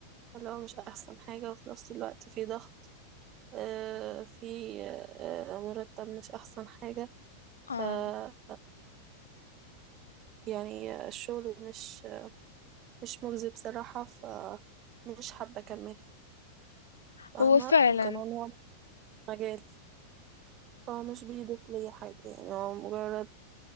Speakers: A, on the right; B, on the left.
A: فاللي هو مش احسن حاجة وفي نفس الوقت في ضغط آه، في آه، مرتب مش احسن حاجة ف
B: اه
A: آه، يعني الشغل مش مش مجزي بصراحة فمش حابة اكمل فاهمة
B: هو فعلا
A: وكمان هو مش مجالي فهو مش بيضيف لي حاجة يعني هو مجرد